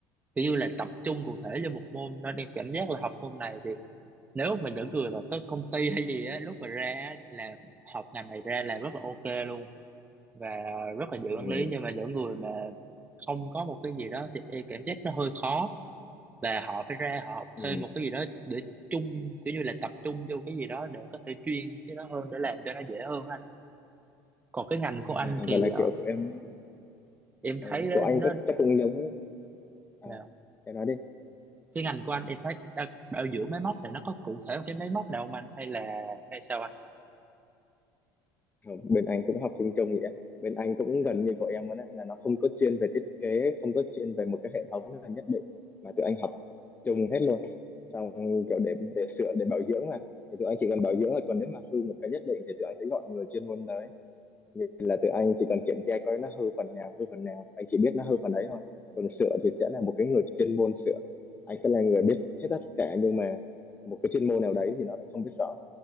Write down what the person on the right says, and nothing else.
kiểu như là tập trung cụ thể cho một môn nên em cảm giác là học môn này thì nếu mà những người mà có công ty hay gì á lúc mà ra á, là học ngành này ra làm rất là ok luôn và rất là dễ
quản lý nhưng mà những người mà không có một cái gì đó thì em cảm giác nó hơi khó và họ phải ra họ học
thêm một cái gì đó để chung kiểu như là tập trung vô cái gì đó để có thể chuyên cái đó hơn để làm cho nó dễ hơn ha còn cái ngành của
anh thì
ờ,
em
thấy nó,
nó
dạ.
cái ngành của anh em thấy đa- bảo dưỡng máy móc này nó có cụ thể một cái máy móc nào không anh hay là hay sao anh